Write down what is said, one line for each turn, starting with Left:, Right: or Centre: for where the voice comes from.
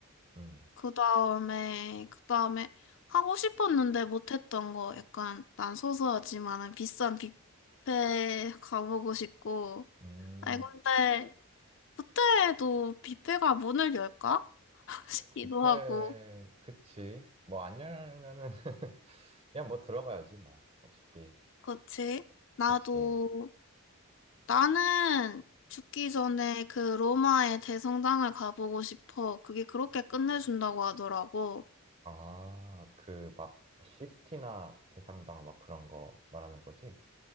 Right: 음,
Left: 그 다음에, 그 다음에 하고 싶었는데 못했던 거 약간 난 소소하지만은 비싼 뷔페 가보고 싶고.
Right: 음,
Left: 아니, 근데 그때도 뷔페가 문을 열까? <laughs> 싶기도
Right: 뷔페,
Left: 하고.
Right: 그치. 뭐 안 열면은 <laughs> 그냥 뭐 들어가야지 뭐. 어차피.
Left: 그치? 나도,
Right: 그치.
Left: 나는 죽기 전에 그 로마의 대성당을 가보고 싶어. 그게 그렇게 끝내준다고 하더라고.
Right: 아, 그 막 시스티나 대상당 막 그런 거 말하는 거지?